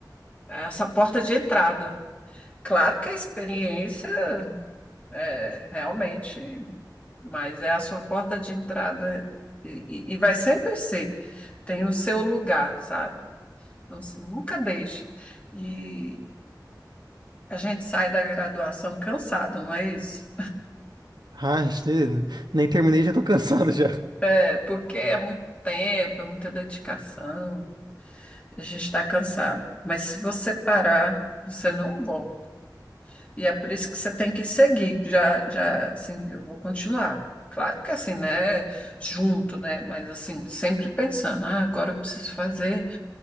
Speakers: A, on the left (about 20°); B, on the right (about 70°).
A: é essa porta de entrada. Claro que a experiência. É, realmente, mas é a sua porta de entrada e, e- e vai sempre ser. Tem o seu lugar, sabe? Então, assim, nunca deixe. E a gente sai da graduação cansado, não é isso?
B: Ah, nem terminei, já tô cansado já.
A: É porque é muito tempo, é muita dedicação, a gente está cansado. Mas se você parar, você não volta. E é por isso que você tem que seguir. Já, já, assim, eu vou continuar. Claro que assim, né? Junto, né? Mas assim, sempre pensando, ah, agora eu preciso fazer